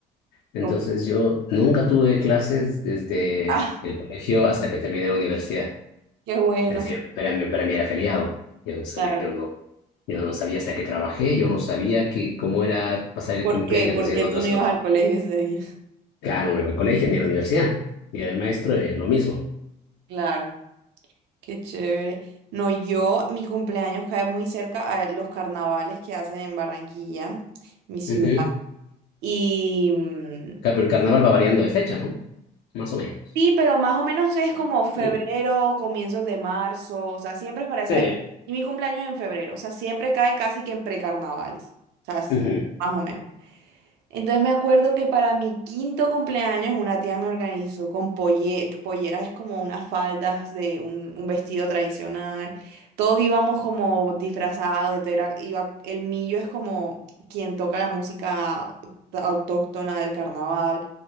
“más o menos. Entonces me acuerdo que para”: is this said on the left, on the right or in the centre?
Right